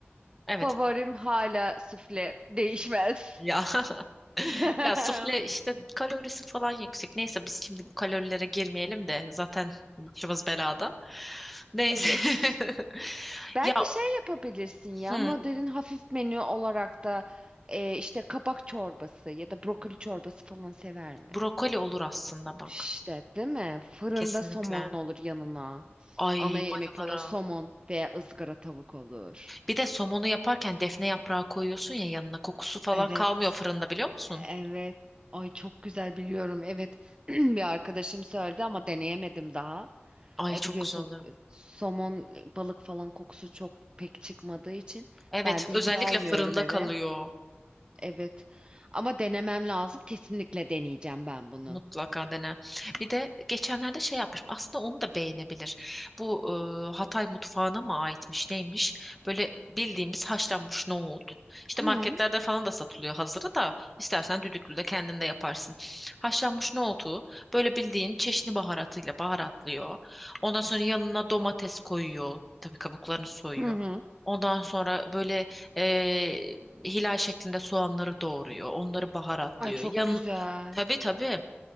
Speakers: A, in the centre; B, on the right (about 25°).
A: Evet.
B: favorim hala sufle değişmez.
A: Ya <laughs>
B: <laughs>
A: ya sufle işte kalorisi falan yüksek. Neyse biz şimdi bu kalorilere girmeyelim de zaten başımız belada. Neyse.
B: Evet.
A: <laughs>
B: Belki
A: Ya
B: şey yapabilirsin ya
A: hı.
B: modern hafif menü olarak da e, işte kabak çorbası ya da brokoli çorbası falan sever mi?
A: Brokoli olur aslında bak.
B: İşte değil mi? Fırında
A: Kesinlikle.
B: somon olur yanına.
A: Ay
B: Ana yemek
A: bayılırım.
B: olur somon veya ızgara tavuk olur.
A: Bir de somonu yaparken defne yaprağı koyuyorsun ya yanına kokusu falan
B: Evet.
A: kalmıyor fırında biliyor musun?
B: Evet. Ay çok güzel biliyorum. Evet. <clears throat> Bir arkadaşım söyledi ama deneyemedim daha.
A: Ay
B: E
A: çok
B: biliyorsun
A: güzel oluyor.
B: e, somon e, balık falan kokusu çok pek çıkmadığı için
A: Evet
B: ben de
A: özellikle
B: hiç almıyorum
A: fırında
B: eve.
A: kalıyor.
B: Evet. Ama denemem lazım. Kesinlikle deneyeceğim ben bunu.
A: Mutlaka dene. Bir de geçenlerde şey yapmışım. Aslında onu da beğenebilir. Bu e, Hatay mutfağına mı aitmiş neymiş? Böyle bildiğimiz haşlanmış nohut. İşte
B: Hı
A: marketlerde falan da satılıyor hazırı da. İstersen düdüklü de kendin de yaparsın. Haşlanmış nohutu böyle bildiğin çeşni baharatıyla baharatlıyor. Ondan sonra yanına domates koyuyor. Tabii kabuklarını soyuyor.
B: hı. hı.
A: Ondan sonra böyle e, hilal şeklinde soğanları doğruyor. Onları baharatlıyor.
B: Ay çok
A: Yan,
B: güzel.
A: Tabii tabii